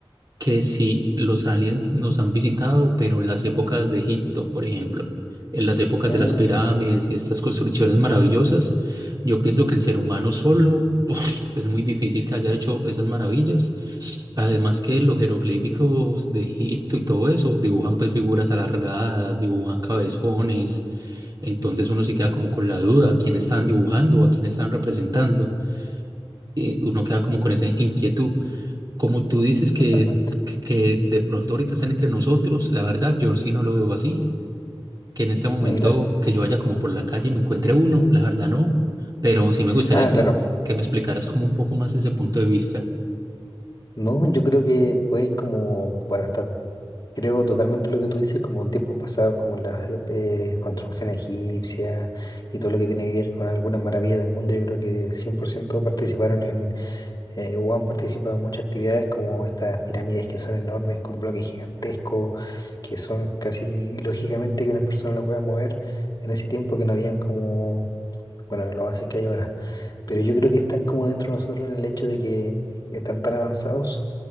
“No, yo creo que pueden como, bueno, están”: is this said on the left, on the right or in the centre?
Left